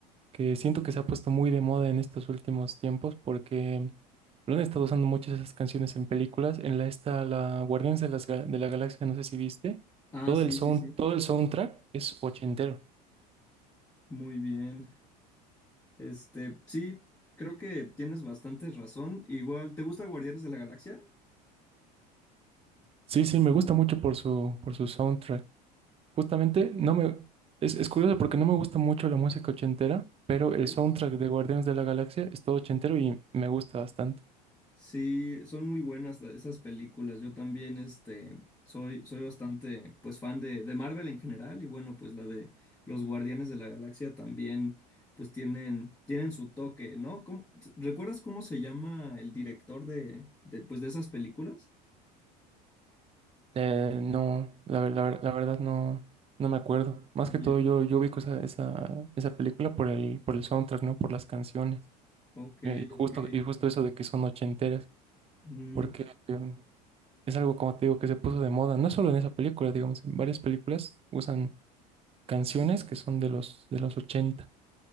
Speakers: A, on the right (about 30°); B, on the left (about 15°).
A: que siento que se ha puesto muy de moda en estos últimos tiempos, porque lo han estado usando muchas esas canciones en películas. En la esta, la Guardianes de, las Ga- de la Galaxia, no sé si viste,
B: Ah,
A: todo
B: sí,
A: el sound,
B: sí, sí.
A: todo el soundtrack es ochentero.
B: Muy bien. Este, sí, creo que tienes bastante razón. Igual, ¿te gusta Guardianes de la Galaxia?
A: Sí, sí, me gusta mucho por su, por su soundtrack. Justamente, no me, es, es curioso porque no me gusta mucho la música ochentera, pero
B: Ok.
A: el soundtrack de Guardianes de la Galaxia es todo ochentero y me gusta bastante.
B: Sí, son muy buenas la- esas películas. Yo también, este, soy, soy bastante, pues, fan de, de Marvel en general y bueno, pues la de los Guardianes de la Galaxia también, pues, tienen, tienen su toque, ¿no? ¿Cómo- t- ¿recuerdas cómo se llama el director de, de, pues, de esas películas?
A: Eh, no, la, ver- la ver- la verdad no, no me acuerdo. Más
B: Ye-
A: que todo yo, yo ubico esa, esa, esa película por el, por el soundtrack, ¿no? Por las canciones.
B: Ok,
A: Eh, y
B: ok.
A: justo, y justo eso de que son ochenteras,
B: Mm,
A: porque eh, es algo, como te digo, que se puso de moda. No solo en esa película, digamos, en varias películas usan canciones que son de los, de los ochenta